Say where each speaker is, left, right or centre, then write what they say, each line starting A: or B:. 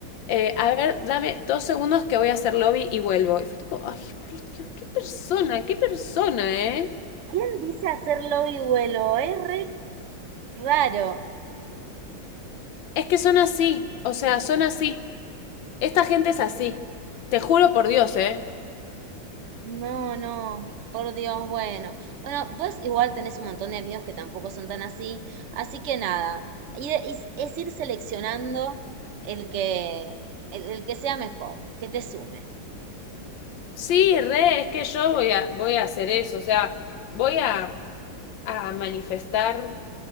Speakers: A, on the left; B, on the right.
A: eh, a ver, dame dos segundos que voy a hacer lobby y vuelvo. Y fue tipo, ay, por Dios, qué persona, qué persona, ¿eh?
B: ¿Quién dice hacer lobby vuelo? Es re raro.
A: Es que son así, o sea, son así. Esta gente es así. Te juro por Dios, ¿eh?
B: No, no, por Dios, bueno. Bueno, vos igual tenés un montón de amigos que tampoco son tan así, así que nada, ir- is- es ir seleccionando el que, el, el que sea mejor, que te sume.
A: Sí, re, es que yo voy a, voy a hacer eso, o sea, voy a, a manifestar.